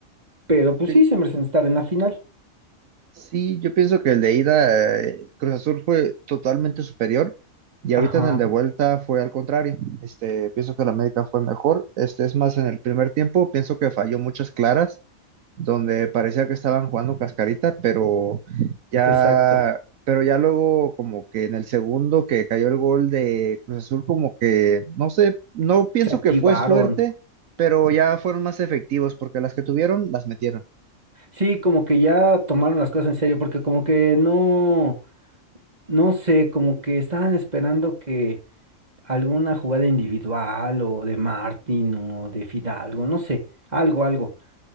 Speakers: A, on the right; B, on the right.
A: Pero pues
B: Sí,
A: sí, se merecen estar en la final.
B: sí, yo pienso que el de ida, eh, Cruz Azul fue totalmente superior y ahorita
A: Ajá,
B: en el de vuelta fue al contrario. Este, pienso que la América fue mejor, este es más en el primer tiempo, pienso que falló muchas claras. donde parecía que estaban jugando cascarita, pero ya,
A: exacto.
B: pero ya luego como que en el segundo que cayó el gol de Cruz Azul, como que, no sé, no pienso
A: Se activaron.
B: que fue suerte, pero ya fueron más efectivos porque las que tuvieron las metieron.
A: Sí, como que ya tomaron las cosas en serio, porque como que no, no sé, como que estaban esperando que alguna jugada individual o de Martín o de Fidalgo, no sé, algo, algo.